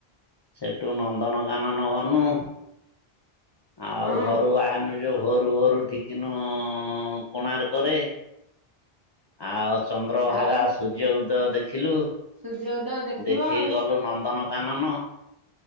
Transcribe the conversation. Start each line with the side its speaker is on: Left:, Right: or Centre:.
Left: ସେଠୁ ନନ୍ଦନକାନନ ଗନୁ। ଆଉ
Right: ହଁ
Left: ଘରୁ ବାହାରିନୁ ଯୋଉ। ଘୋରୁ ଘୋରୁ ଠିକିନୁ କୋଣାର୍ କରେ ଆଉ ଚନ୍ଦ୍ରଭାଗା
Right: ଆଉ
Left: ସୂର୍ଯ୍ୟ ଉଦୟ ଦେଖିଲୁ
Right: ସୂର୍ଯ୍ୟୋଦୟ ଦେଖିବ
Left: ଦେଖି
Right: ଆଉ
Left: ଗଲୁ ନନ୍ଦନ କାନନ